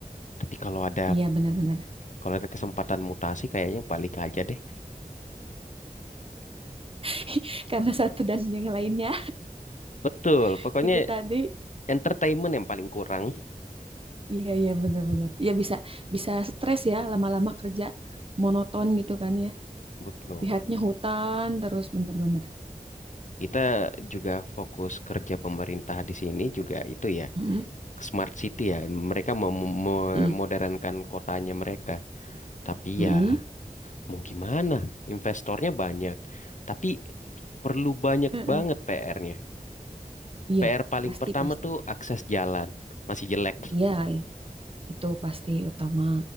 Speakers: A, on the left; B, on the right.
A: Tapi kalau
B: <laughs>
A: ada
B: Iya, benar-benar.
A: kalau ada kesempatan mutasi kayaknya balik aja deh.
B: <laughs> karena satu dan yang lainnya
A: Betul,
B: <laughs>
A: pokoknya
B: itu tadi
A: entertainment yang paling kurang.
B: iya iya benar-benar ya bisa bisa stres ya lama-lama kerja monoton gitu kan ya
A: Betul.
B: lihatnya hutan terus bener-bener
A: Kita juga fokus kerja pemerintah di sini juga itu ya,
B: Mm-mm.
A: smart city ya. Mereka mem- memodernkan
B: Mm-mm.
A: kotanya mereka. Tapi
B: Mm-mm.
A: ya Mau gimana? Investornya banyak, tapi perlu banyak
B: Mm-mm.
A: banget PR-nya.
B: Iya,
A: PR paling
B: pasti
A: pertama
B: pasti.
A: tuh akses jalan. Masih jelek. <laughs>
B: Iya, ya. Itu pasti utama.